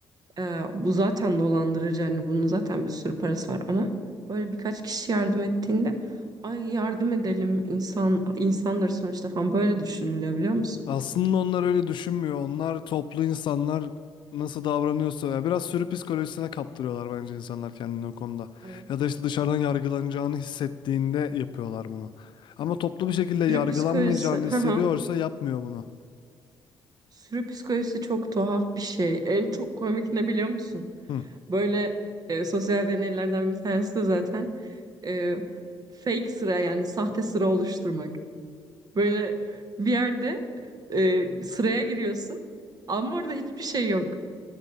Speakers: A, on the right; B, on the left.
A: Ee, bu zaten dolandırıcı hani bunun zaten bir sürü parası var ama böyle birkaç kişi yardım ettiğinde ay yardım edelim insan insanları sonuçta falan böyle düşünülebiliyor musun?
B: Aslında onlar öyle düşünmüyor. Onlar toplu insanlar nasıl davranıyorsa ya biraz sürü psikolojisine kaptırıyorlar bence insanlar kendini o konuda.
A: Evet.
B: Ya da işte dışarıdan yargılanacağını hissettiğinde yapıyorlar bunu. Ama toplu bir şekilde yargılanmayacağını
A: Sürü psikolojisi. <laughs>
B: hissediyorsa yapmıyor bunu.
A: Sürü psikolojisi çok tuhaf bir şey. En çok komik ne biliyor musun?
B: Hı.
A: Böyle e, sosyal deneylerden bir tanesi de zaten e, fake sıra yani sahte sıra oluşturmak. Böyle bir yerde e, sıraya giriyorsun ama orada hiçbir şey yok.